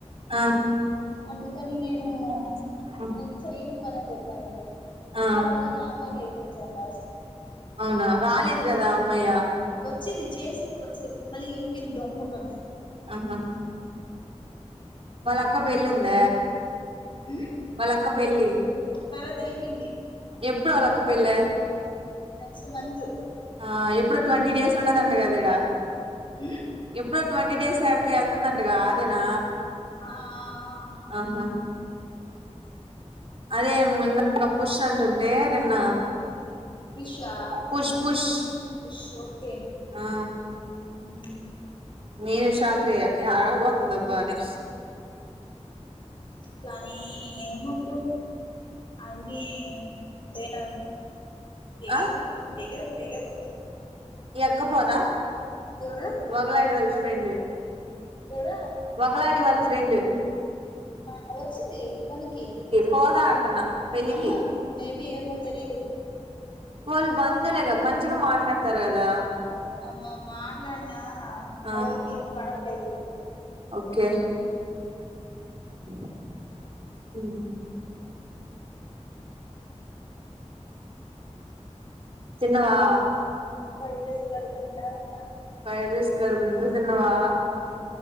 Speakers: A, on the right; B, on the left.
A: ఆ <inaudible>
B: అందుకని నేను నేను చెయ్యను పని అని చెప్పనింది
A: ఆ
B: కావాలని ఆ అమ్మాయిని ఇరికిచ్చాం లాస్ట్ కి
A: అవునా రాలేదు కదా అమ్మయ్య
B: వచ్చింది చేసింది కొన్సేపు మళ్ళీ వెళ్ళిపోయింది దొంగమొకంది
A: ఆహా వాళ్ళ అక్క పెళ్లి ఉంద
B: ఉమ్
A: వాళ్ళక్క పెళ్ళి
B: తర్వాత వెళ్ళిపోయింది
A: ఎప్పుడు వాళ్ళక్క పెళ్ళ
B: నెక్స్ట్ మంత్
A: ఆ ఎప్పుడు ట్వంటీ ఇయర్స్ ఉండదంట కద ఇడా
B: ఉమ్
A: ఇప్పుడు ట్వంటీ డేస్ ఎడికి వెళ్తుందంటగా అదేనా
B: ఆ ఆఆ
A: ఆహా అదే నాక పుష్ అంటుంటే నిన్న
B: ఫిష్ ఆ
A: పుష్ పుష్
B: విష్ ఆ ఒకే
A: ఆ
B: ఉమ్
A: నేను షాక్ అయ్య యాడికి పోతుంద అబ్బా అని
B: కానీ ఏమోపో ఆ అమ్మి ఎంతేనా ఫిగర్
A: ఆ
B: ఫిగర్ ఫిగర్
A: ఇక్కపోదా
B: ఎవరు
A: వగలాడి వాళ్ళ ఫ్రెండు
B: ఎవరా
A: వగలాడి వాళ్ళ ఫ్రెండు
B: అ వచ్చింది పనికి
A: పోదా
B: ఆహా
A: అంటున్నా పెళ్ళికి
B: ఆ మేబి ఏమో తెలీదు
A: వాళ్ళు బంధువులే కదా మంచిగా మాట్లాడతారు కదా
B: అమ్మ మాట్లాడినా
A: ఆ
B: వాళ్ళకి వీళ్లకి పడట్లేదు ఇప్పుడు
A: ఓకే ఉమ్ తిన్నవా
B: ఫ్రైడ్ రైస్ కడుపు నిండా తిన్న
A: ఫ్రైడ్ రైస్ కడుపు నిండా తిన్నవా